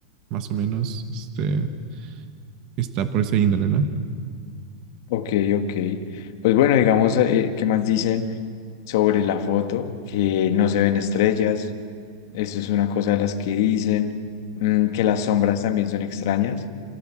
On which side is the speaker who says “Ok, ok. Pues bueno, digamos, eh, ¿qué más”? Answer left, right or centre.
Left